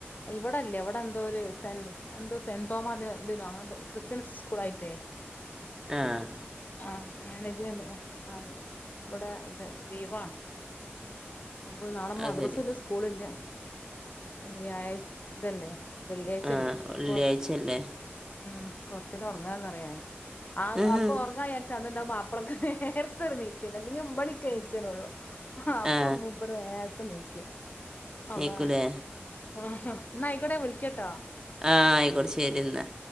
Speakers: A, on the left (about 40°); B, on the right (about 15°).
A: ഇവിടെ ഇല്ലേ ഇവിടെ എന്തോര് സെന്റ് എന്തോ സെന്റ് തോമ ദിനോ ക്രിസ്ത്യൻസ് സ്കൂളായിട്ടേ
B: ആഹ്
A: ആഹ് മാനേജ്മെന്റ്ല ആ ഇവടെ ലീവാണ് അപ്പം നാളെ
B: അത്
A: മദ്രസുല്ല
B: ശരി
A: സ്കൂ സ്കൂളില്ല വ്യാഴാഴ് ഇതല്ലേ വെള്ളിയാഴ്ചല്ലേ
B: ആ വെള്ളിയാഴ്ച
A: അത് കൊ
B: അല്ലേ
A: ഉം കൊറച്ചൊക്കെ ഒറങ്ങാന്നറിയാ ഞാന് ആഹ്
B: ഉം,
A: അ ഒറങ്ങാചാരിച്ചന്ന്ണ്ടാകും മാപ്പളക്ക് നേർത്തൊരു നീക്കല് അല്ലെങ്കി ഒമ്പണിക്കെ നീച്ചലൊള്ളൂ. ആഹ് അപ്പം
B: ആ
A: മൂപ്പര് നേർത്തെ നീക്കും അതാണ്
B: നീക്കൂലേ
A: ആഹ് ന്നായ്കോട്ടെ വിളിക്കട്ടോ
B: ആഹ് ആയിക്കോട്ടെ ശരിന്നാ